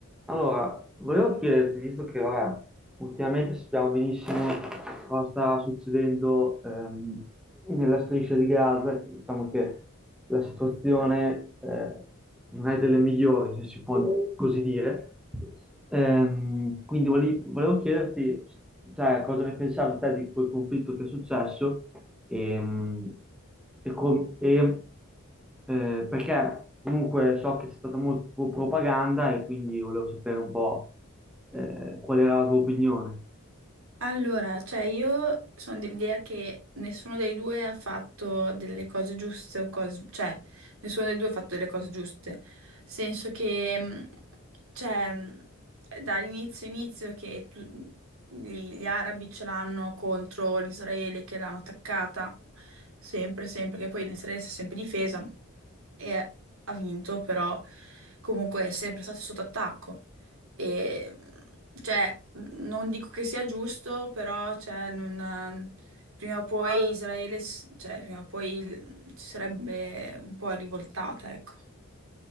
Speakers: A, in the centre; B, on the right.
A: Allora, volevo chiederti, visto che ora ultimamente sappiamo benissimo cosa sta succedendo ehm, nella striscia di Gaza, diciamo che la situazione eh, non è delle migliori, se si può così dire. Ehm, quindi vole- volevo chiederti, cioè, cosa ne pensavi te di quel conflitto che è successo ehm, e, com- e eh, perché comunque so che c'è stata molta propaganda e quindi volevo sapere un po' eh, qual era la tua opinione.
B: Allora, cioè io sono dell'idea che nessuno dei due ha fatto delle cose giuste o cose, cioè nessuno dei due ha fatto delle cose giuste. Nel Senso che, mh, cioè, mh, dall'inizio inizio che tu- gli arabi ce l'hanno contro l'Israele che l'hanno attaccata, sempre, sempre, che poi l'Israele si è sempre difesa e ha vinto, però comunque è sempre stato sotto attacco. E cioè, non dico che sia giusto, però cioè, non- prima o poi Israele, s- cioè, prima o poi il- si sarebbe un po' rivoltata, ecco.